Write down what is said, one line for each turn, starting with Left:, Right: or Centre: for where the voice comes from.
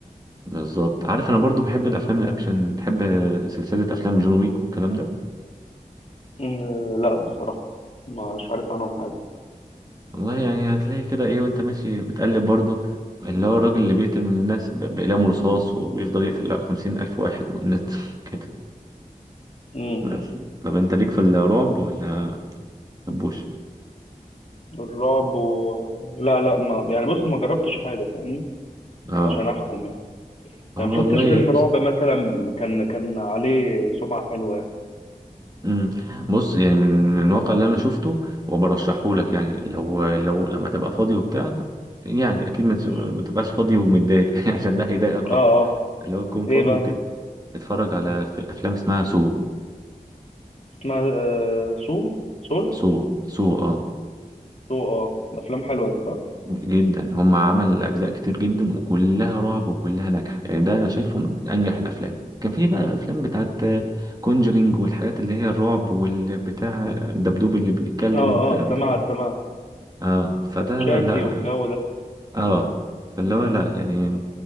Right: بالظبط عارف انا برضو بحب الافلام الاكشن بحب سلسله افلام جون ويك والكلام ده
Left: مم، لا بصراحه مش عارف عنهم حاجه
Right: والله يعني هتلاقي كده ايه وانت ماشي بتقلب برضو اللي هو الراجل اللي بيقتل من الناس ب- باقلام رصاص وبيفضل يقتل خمسين الف واحد والناس <laughs> كده
Left: امم
Right: بس طب انت ليك في الرعب ولا مبوش
Left: الرعب و... لا لا ما يعني بص ما جربتش حاجه فاهمني
Right: اه
Left: عشان احكم يعني
Right: اه
Left: يعني ما شفتش
Right: والله
Left: فيلم رعب مثلا كان كان عليه سمعه حلوه يعني
Right: امم بص يعني من من الواقع اللي انا شفته وبرشحه لك يعني لو لو لما تبقى فاضي وبتاع يعني اكيد ما ت-
Left: مم.
Right: ما تبقاش فاضي ومتضايق <laughs> عشان ده هيضايقك
Left: اه
Right: اكتر
Left: اه
Right: لو تكون فاضي
Left: ايه بقى
Right: وكده اتفرج على ف- افلام اسمها سو
Left: اسمها آه سوم سول
Right: سو سو اه
Left: سو اه افلام حلوه دي صح
Right: جدا هم عمل اجزاء كتير جدا وكلها رعب وكلها ناجحه يعني ده انا شايفه من انجح الافلام كان في بقى افلام بتاعت كونجرينج والحاجات اللي هي الرعب والبتاع الدبدوب اللي بيتكلم
Left: اه
Right: والكلام
Left: اه سمعت
Right: ده
Left: سمعت
Right: اه فده
Left: شاكي
Right: لا
Left: والجو ده
Right: اه فاللي هو لا يعني